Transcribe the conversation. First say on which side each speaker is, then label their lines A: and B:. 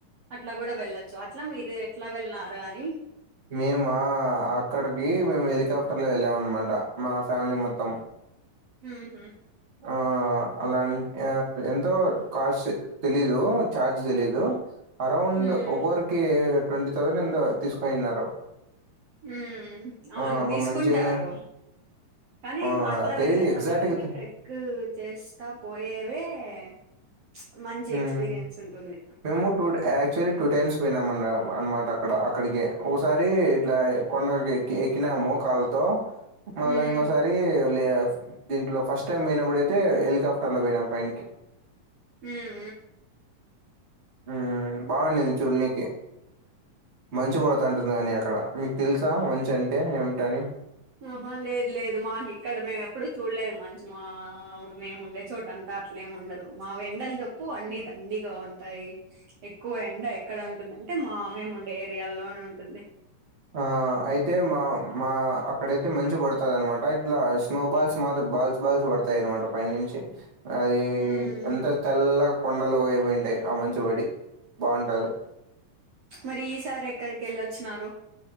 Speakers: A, on the right; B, on the right.
A: అట్లా కూడా వెళ్ల చు అట్లా మీరు ఎట్లా వెళ్ళినారు అని
B: మేమ అక్కడికి మేము హెలికాప్టర్ లో వెళ్ళామ అనమాట మా ఫ్యామిలీ మొత్తం
A: ఉహుం
B: ఆ అలాంటి ఎంతో కాస్ట్ తెలీదు చార్జ్ తెలీదు అరౌండ్
A: మ్మ్.
B: ఒకర్ రికి ట్వంటీ థౌసండ్ ఎంతో తీసుకొనిన్నారు
A: వ్మ్ అవును
B: ఆ బా
A: తీసుకుంటారు
B: మంచిగానే
A: కానీ
B: ఆ
A: అట్లా
B: తెలీదు
A: వెళ్ళలేదానికంటే
B: ఎగ్జాక్ట్గా
A: ట్రే క్ చేస్తా పోయేవే మ్చ్ మంచి
B: మ్
A: ఎక్స్పీరియన్స్ ఉంటుంది
B: మేము టూ టా యాక్చువల్లీ టూ టైమ్స్ పోయినాం మ్ అన్న అనమాట అక్కడ అక్కడికి ఒకసారి ఇట్లా కొండలకి ఎక్ ఎక్కినాము కాళ్ళతో మళ్ళా
A: ఉమ్
B: ఇంగోసారి ఫ్రీ లేఫ్ దీంట్లో ఫస్ట్ టైమ్ పోయినప్పుడైతే హెలికాప్టర్ లో పోయినాం పైన్కి
A: వ్మ్
B: వ్మ్ బాగుంది చెడ్నీకి మంచు పడతాంటుంది కాని అక్కడ మీకు తెలుసా మంచి అంటే ఏమిటి అని
A: ఆహా లేదు లేదు మా ఇక్ ఇక్కడ మేము ఎప్పుడు చూడలేదు మంచి మా మేము ఉండే చోట అంతా అట్లేము ఉండదు మావీ ఎండలు చేప్పు అన్ని దండిగా ఉంటాయి. ఎక్కువ ఎండ ఎక్కడ ఉంటుందంటే మా మేము ఉండే ఏరియాల్లోనే ఉంటుంది
B: ఆ అయితే మా మా అక్కడైతే మంచి పడుతది అనమాట ఇట్లా అస్ స్నో బాల్స్ మాత్రం బాల్స్ బాల్స్ పడతాయ అనమాట పై నుంచి అది
A: ఉమ్
B: ఎంత త చల్లగా కొండలు అయిపోయింటాయి ఆ మంచిబడి బాగుంటది
A: మరి ఈసారి ఎక్కడికి ఏళ్ళచ్చినారు